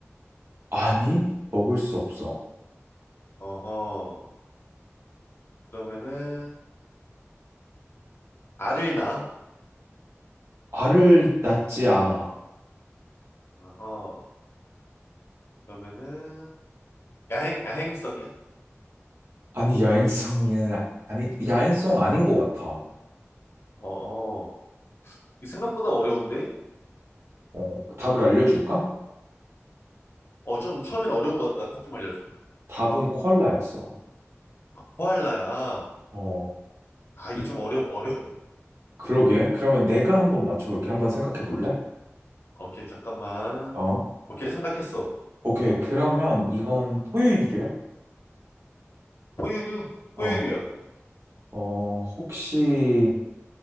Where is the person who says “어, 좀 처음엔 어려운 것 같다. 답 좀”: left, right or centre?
Left